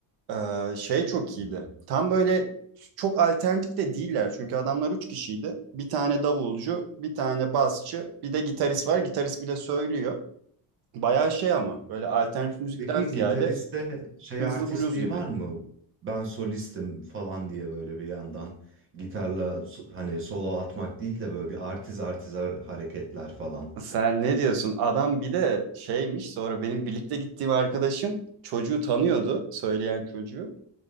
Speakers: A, on the right; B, on the right.
A: Ee, şey çok iyiydi.
B: Hmm.
A: Tam böyle çok alternatif de değiller. Çünkü adamlar üç kişiydi. Bir tane davulcu, bir tane basçı, bir de gitarist var. Gitarist bile söylüyor. Bayağı şey ama böyle alternatif müzikten
B: Peki
A: ziyade
B: gitariste şey
A: hızlı
B: artistliği
A: blues gibi.
B: var mı? Ben solistim falan diye böyle bir yandan gitarla so- hani solo atmak değil de böyle bir artiz artiz har- hareketler falan.
A: Sen ne diyorsun? Adam bir de şeymiş sonra benim birlikte gittiğim arkadaşım çocuğu tanıyordu. Söyleyen çocuğu.